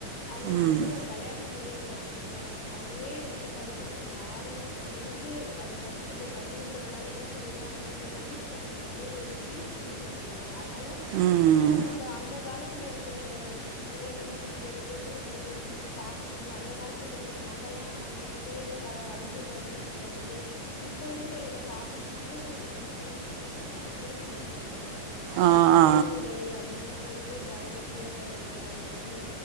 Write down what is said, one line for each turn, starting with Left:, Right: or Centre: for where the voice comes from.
Left: அவுங்களுக்கு
Right: ம்
Left: வந்து வளையாட்டு முறையில கத்துக்கணு அவுங்களே வந்து படிக்கணுன்னு ஒரு ஆருவோ இருந்து அத கத்துக்குட்டோ அப்படின்றதுனாலே என்னா பண்ணிற்றாங்க இந்த கண்டிப்பு தன்மைய வந்து நறைய கம்மி பண்ணிற்றாங்க அதனால
Right: ம்
Left: இப்போ நம்ப அந்த காலத்துல இருக்கிற முறைகளு இங்க இப்போ இருக்கிற முறைகளு வந்து பாக்கும்போது அந்த காலத்தில் படிச்சப்போ நம்பல்லா அந்த முறையில்ப வளந்து வந்த நம்ப வந்து இப்ப இருக்கிற இத பாக்கும் போது ஏ இவுங்க வந்து பிள்ளைங்க வந்து ப பயப்படவே மாட்டேங்கிறாங்க நம்பல்லா
Right: ஆ ஆ
Left: தேருவுகள் அப்படின்னா எவ்ளோ பயபக்தியா படிப்போ அதே மாதிரி